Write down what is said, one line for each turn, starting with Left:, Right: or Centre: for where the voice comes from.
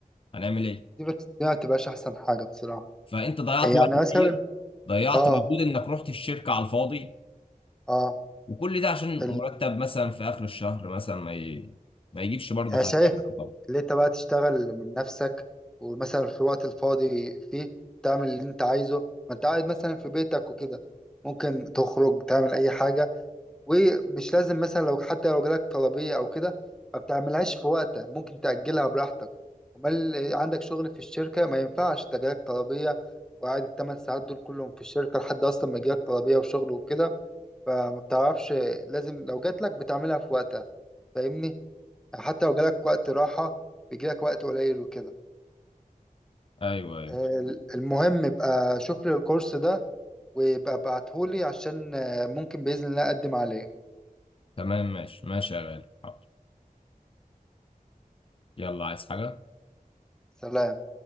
Left: هنعمل ايه
Centre: دي بت... دي ما بتبقاش احسن حاجه بصراحه
Left: فانت ضيعت
Centre: يعني
Left: وقت كتير
Centre: مثلا
Left: ضيعت
Centre: اه
Left: مجهود انك رحت الشركه على الفاضي
Centre: اه
Left: وكل ده عشان مرتب
Centre: ال...
Left: مثلا في اخر الشهر مثلا ما ي... ما يجيبش برضه
Centre: انا
Left: حاجه
Centre: شايف
Left: طبعا
Centre: اللي انت بقى تشتغل من نفسك ومثلا في الوقت الفاضي فيه تعمل اللي انت عايزه ما انت قاعد مثلا في بيتك وكده ممكن تخرج تعمل اي حاجه ومش لازم مثلا لو حتى لو جالك طلبية أو كده ما بتعملهاش في وقتها ممكن تأجلها براحتك أمال عندك شغل في الشركة ما ينفعش ده جالك طلبية وقاعد التمن ساعات دول كلهم في الشركة لحد أصلا ما يجيلك طلبية وشغل وكده فما بتعرفش لازم لو جاتلك بتعملها في وقتها فاهمني يعني حتى لو جالك وقت راحة بيجيلك وقت قليل وكده
Left: ايوه ايوه
Centre: آه، المهم ابقى شوف لي الكورس ده وابقى ابعتهولي عشان آه، ممكن بإذن الله أقدم عليه
Left: تمام ماشي ماشي يا غالي حاضر يلا عايز حاجه
Centre: سلام